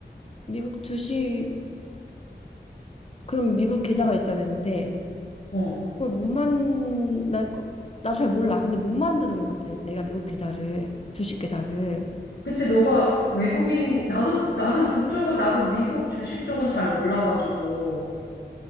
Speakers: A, on the left; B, on the left.
A: 미국 주식, 그럼 미국 계좌가 있어야 되는데,
B: 어.
A: 그걸 못 만, 나, 나 잘 몰라. 근데 못 만드는 것 같아. 내가 미국 계좌를, 주식 계좌를.
B: 그치, 너가 외국인이니, 나도, 나는 그쪽으로, 나도 미국 주식 쪽은 잘 몰라가지고.